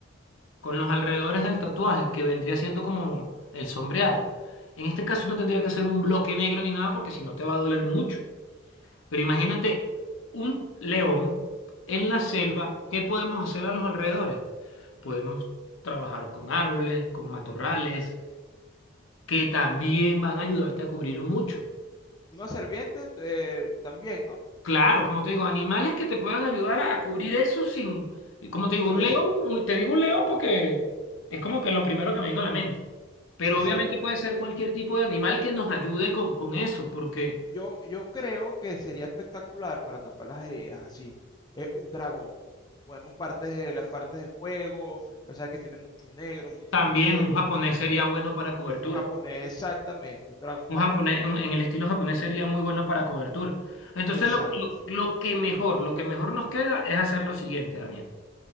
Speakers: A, on the left; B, on the left.
A: con los alrededores del tatuaje, que vendría siendo como el sombreado. En este caso no tendría que ser un bloque negro ni nada porque si no te va a doler mucho. Pero imagínate un león en la selva,
B: ok.
A: ¿qué podemos hacer a los alrededores? Podemos trabajar con árboles, con matorrales, que también van a ayudarte a cubrir mucho.
B: Una serviente eh, también, ¿no?
A: Claro, como te digo, animales que te puedan ayudar a, a cubrir eso sin, y como te digo,
B: Pues,
A: un león, un- te digo un león porque es como que lo primero que me vino a la mente. Pero
B: sí, exacto.
A: obviamente puede ser cualquier tipo de animal que nos ayude con, con eso, porque
B: Yo, yo creo que sería espectacular para tapar las heridas, así. Es un dragón. Podemos partes de las partes de fuego, o sea que tiene mucho negro, mucho
A: también
B: relleno.
A: un japonés sería bueno para cobertura.
B: Un japonés, exactamente, un dragón
A: Un
B: japonés.
A: japonés, un- en el estilo japonés sería muy bueno para cobertura. Entonces
B: Exacto.
A: lo, que- lo, lo que mejor, lo que mejor nos queda es hacer lo siguiente, Daniel.